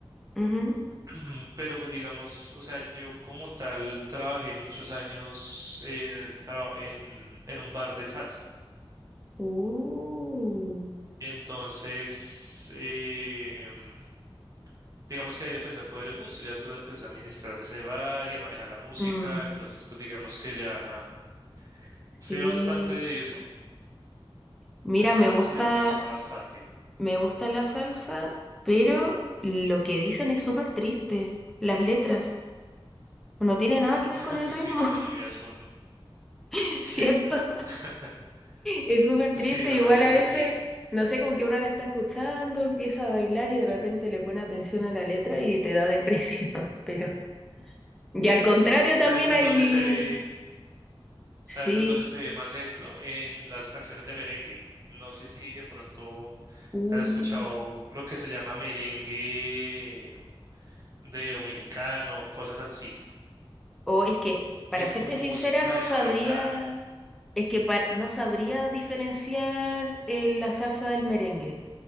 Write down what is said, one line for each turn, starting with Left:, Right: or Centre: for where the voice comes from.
Centre: Ujú.
Right: Mm, Pero pues digamos, o sea, yo como tal trabajé muchos años eh, traba- en, en un bar de salsa.
Centre: Uh,
Right: Entonces, eh, em, digamos que ahí le pensé a coger el gusto, ya después empecé a administrar ese bar y a manejar la música,
Centre: mm,
Right: entonces pues digamos que ya sé
Centre: sí.
Right: bastante de eso,
Centre: Mira,
Right: de salsa
Centre: me gusta.
Right: y me gusta bastante.
Centre: Me gusta la salsa, pero lo que dicen es súper triste. Las letras no tiene nada que ver
Right: <laughs>
Centre: con el
Right: Sí,
Centre: ritmo,
Right: la mayoría son,
Centre: <laughs>
Right: sí,
Centre: ¿cierto?
Right: <laughs>
Centre: Es súper
Right: sí,
Centre: triste.
Right: la
Centre: Igual
Right: mayoría
Centre: a veces,
Right: sí.
Centre: no sé, como que uno la está escuchando, empieza a bailar y de repente le pone atención a la letra y te da depresión. <laughs> Pero, y al contrario
Right: ¿Sabes
Centre: también
Right: en
Centre: hay...
Right: dónde se ve? ¿Sabes
Centre: Sí.
Right: en dónde se ve más eso? En las canciones de merengue. No sé si de pronto
Centre: uh,
Right: has escuchado lo que se llama merengue de dominicano, cosas así,
Centre: O es que, para
Right: que es
Centre: serte
Right: como
Centre: sincera,
Right: música
Centre: no
Right: de
Centre: sabría...
Right: bailar.
Centre: Es que pa- no sabría diferenciar eh, la salsa del merengue.